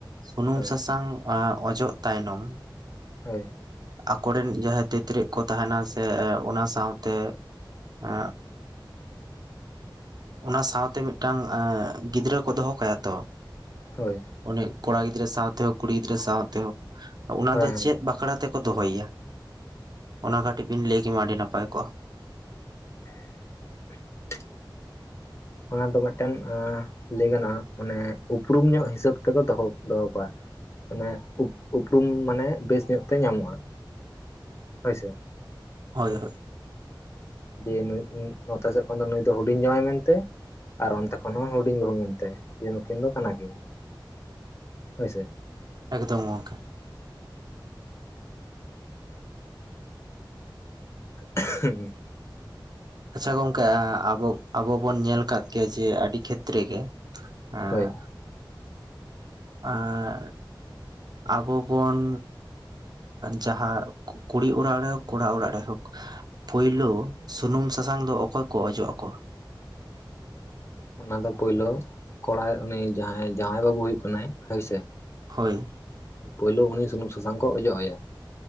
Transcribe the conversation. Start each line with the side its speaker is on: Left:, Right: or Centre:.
Right: ᱥᱩᱱᱩᱢ
Left: ᱦᱳᱭ
Right: ᱥᱟᱥᱟᱝ ᱚᱡᱚᱜ ᱛᱟᱭᱱᱚᱢ
Left: ᱦᱳᱭ
Right: ᱟᱠᱚᱨᱮᱱ ᱡᱟᱦᱟᱸᱭ ᱛᱤᱛᱨᱮᱡ ᱠᱚ ᱛᱟᱦᱮᱱᱟ ᱥᱮ ᱚᱱᱟ ᱥᱟᱶᱛᱮ ᱮ ᱚᱱᱟ ᱥᱟᱶᱛᱮ ᱢᱤᱫᱴᱟᱝ ᱜᱤᱫᱽᱨᱟᱹ ᱠᱚ ᱫᱚᱦᱚ ᱠᱟᱭᱟ ᱛᱚ
Left: ᱦᱳᱭ
Right: ᱩᱱᱤ ᱠᱚᱲᱟ ᱜᱤᱫᱽᱨᱟᱹ ᱥᱟᱶᱛᱮ ᱦᱚᱸ ᱠᱩᱲᱤ ᱜᱤᱫᱽᱨᱟᱹ ᱥᱟᱶᱛᱮ ᱦᱚᱸ ᱚᱱᱟ
Left: ᱦᱳᱭ
Right: ᱫᱚ
Left: ᱦᱳᱭ
Right: ᱪᱮᱫ ᱵᱟᱠᱷᱨᱟ ᱛᱮ ᱠᱚ ᱫᱚᱦᱚᱭᱟ ᱚᱱᱟ ᱠᱟᱹᱴᱤᱡ ᱵᱤᱱ ᱞᱟᱹᱭ ᱠᱮᱭᱟ ᱟᱹᱰᱤ ᱱᱟᱯᱟᱭ ᱠᱚᱜᱼᱟ
Left: ᱻ ᱚᱱᱟ ᱫᱚ ᱢᱤᱫᱴᱮᱱ ᱞᱟᱹᱭ ᱜᱟᱱᱚᱜᱼᱟ ᱢᱟᱱᱮ ᱩᱯᱨᱩᱢ ᱧᱚᱜ ᱦᱤᱥᱟᱹᱵ ᱛᱮᱠᱚ ᱫᱚᱦᱚ ᱫᱚᱦᱚ ᱠᱚᱣᱟ ᱢᱟᱱᱮ ᱩᱯᱨᱩᱢ ᱢᱟᱱᱮ ᱵᱮᱥ ᱧᱚᱜ ᱛᱮ ᱧᱟᱢᱚᱜᱼᱟ ᱦᱳᱭᱥᱮ
Right: ᱦᱳᱭ ᱦᱳᱭ
Left: ᱡᱮ ᱱᱚᱛᱮ ᱥᱮᱫ ᱠᱷᱚᱱ ᱫᱚ ᱱᱩᱭ ᱫᱚ ᱦᱩᱰᱤᱧ ᱡᱟᱶᱟᱭ ᱢᱮᱱᱛᱮ ᱟᱨ ᱚᱱᱛᱮ ᱠᱷᱚᱱ ᱦᱚᱸ ᱦᱩᱰᱤᱧ ᱵᱟᱹᱦᱩ ᱢᱮᱱᱛᱮ ᱡᱮ ᱱᱩᱠᱤᱱ ᱫᱚ ᱠᱟᱱᱟ ᱠᱤᱱ ᱦᱳᱭ ᱥᱮ
Right: ᱮᱠᱫᱚᱢ ᱚᱱᱠᱟ
Left: ᱦᱮᱸ
Right: ᱟᱪᱪᱷᱟ ᱜᱚᱝᱠᱮ ᱟᱵᱚ ᱟᱵᱚ ᱵᱚᱱ ᱧᱮᱞ ᱟᱠᱟᱫ ᱜᱮᱭᱟ ᱡᱮ ᱟᱹᱰᱤ ᱠᱷᱮᱛᱨᱮ ᱜᱮ ᱦᱮᱸ
Left: ᱦᱳᱭ
Right: ᱟᱨ ᱟᱵᱚ ᱵᱚᱱ ᱡᱟᱦᱟᱸ ᱠᱩᱲᱤ ᱚᱲᱟᱜ ᱨᱮ ᱠᱚᱲᱟ ᱚᱲᱟᱜ ᱨᱮᱦᱚᱸ ᱯᱳᱭᱞᱳ ᱥᱩᱱᱩᱢ ᱥᱟᱥᱟᱝ ᱫᱚ ᱚᱠᱚᱭ ᱠᱚ ᱚᱡᱚᱜ ᱟᱠᱚᱣᱟ
Left: ᱚᱱᱟ ᱫᱚ ᱯᱩᱭᱞᱳ ᱠᱚᱲᱟᱭ ᱩᱱᱤ ᱡᱟᱦᱟᱸᱭ ᱡᱟᱶᱟᱭ ᱵᱟᱹᱵᱩ ᱦᱩᱭᱩᱜ ᱠᱟᱱᱟᱭ ᱦᱳᱭᱥᱮ
Right: ᱦᱳᱭ
Left: ᱯᱩᱭᱞᱳ ᱩᱱᱤ ᱥᱩᱱᱩᱢ ᱥᱟᱥᱟᱝ ᱠᱚ ᱚᱡᱚᱜ ᱟᱭᱟ